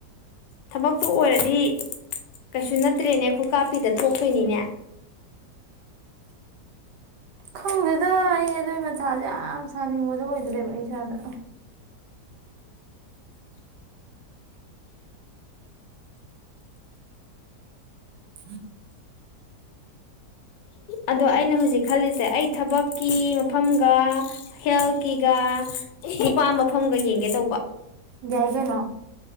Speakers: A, on the left; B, on the right.
A: ꯊꯕꯛꯇꯨ ꯑꯣꯏꯔꯗꯤ ꯀꯩꯁꯨ ꯅꯠꯇ꯭ꯔꯦꯅꯦ ꯈꯨꯀꯥꯞꯄꯤꯗ ꯊꯣꯛꯇꯣꯏꯅꯤꯅꯦ
B: ꯈꯪꯗꯦꯗ ꯑꯩ ꯑꯗꯨꯒꯤ ꯃꯊꯥꯁꯦ ꯌꯥꯝ ꯁꯥꯅꯤꯡꯕꯗꯣ ꯑꯣꯏꯗ꯭ꯔꯦꯕ꯭ꯔ ꯏꯁꯥꯗ UNINTELLIGIBLE
A: ꯑꯗꯣ ꯑꯩꯅ ꯍꯧꯖꯤꯛ ꯈꯜꯂꯤꯁꯦ ꯑꯩ ꯊꯕꯛꯀꯤ ꯃꯐꯝꯒ ꯍꯦꯜꯊꯀꯤꯒ ꯅꯨꯄꯥ ꯃꯐꯝꯒ ꯌꯦꯡꯒꯦ ꯇꯧꯕ
B: ꯌꯥꯏ ꯀꯩꯅꯣ